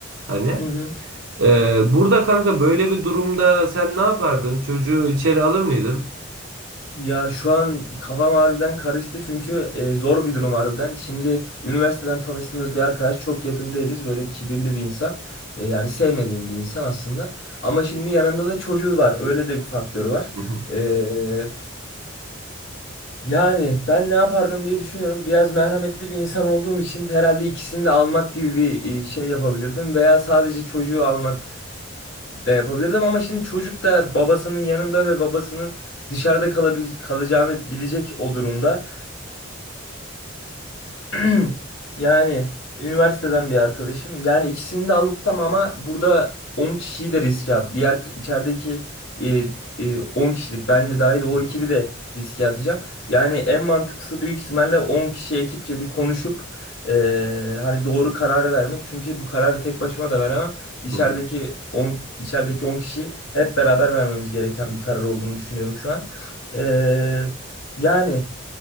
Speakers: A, on the right; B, on the left.
A: Hani.
B: hı hı.
A: Ee, burada kanka böyle bir durumda sen ne yapardın? Çocuğu içeri alır mıydın?
B: Ya şu an kafam harbiden karıştı çünkü e, zor bir durum harbiden. Şimdi üniversiteden tanıştığımız bir arkadaş çok yakın değiliz. Böyle kibirli bir insan. E, yani sevmediğim bir insan aslında. Ama şimdi yanında da çocuğu var. Öyle de bir faktörü var.
A: <laughs> Hı hı,
B: E, yani ben ne yapardım diye düşünüyorum. Biraz merhametli bir insan olduğum için herhalde ikisini de almak gibi bir e, şey yapabilirdim. Veya sadece çocuğu almak de yapabilirdim ama şimdi çocuk da babasının yanında ve babasının dışarıda kalabil kalacağını bilecek o durumda. <clears throat> Yani üniversiteden bir arkadaşım. Yani ikisini de alırsam ama burada 10 kişiyi de riske at. Diğer içerideki e, e, 10 kişilik ben de dahil o
A: hı
B: ekibi
A: hı,
B: de riske atacağım. Yani en mantıklısı büyük ihtimalle 10 kişi ekipçe bir konuşup e, hani doğru kararı vermek. Çünkü bu kararı tek başıma da veremem. İçerideki
A: hı hı.
B: on içerideki on kişi hep beraber vermemiz gereken bir karar olduğunu düşünüyorum şu an. E, yani